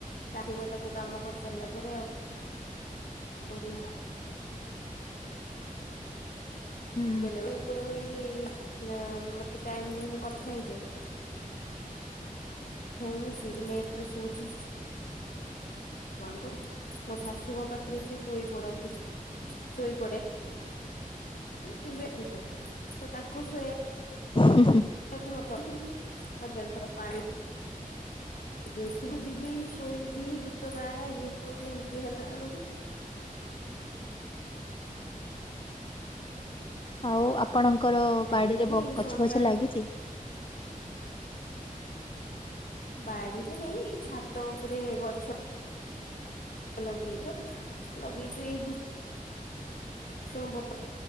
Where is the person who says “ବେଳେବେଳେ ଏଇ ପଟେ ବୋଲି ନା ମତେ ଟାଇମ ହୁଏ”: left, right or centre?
Left